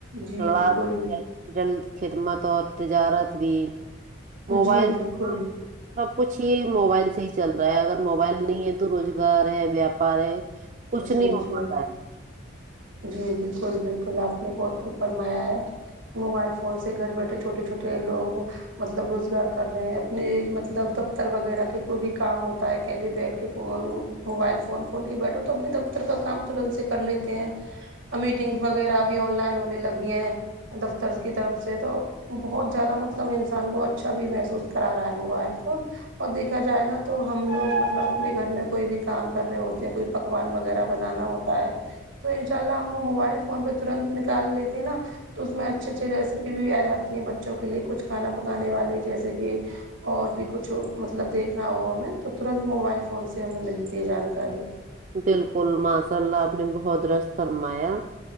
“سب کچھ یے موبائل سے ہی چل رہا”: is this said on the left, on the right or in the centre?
Right